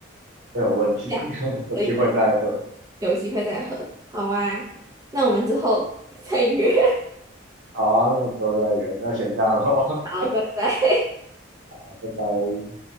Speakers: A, on the right (about 80°); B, on the right (about 15°).
A: 没有问题，
B: 这样可以可以
A: <laughs> 有机会再喝。
B: 有机会再喝。好啊，那我们之后 <laughs> 再约。<laughs>
A: 好啊，那之后再约，那先这样咯，
B: 好，拜拜。
A: <laughs> 拜拜。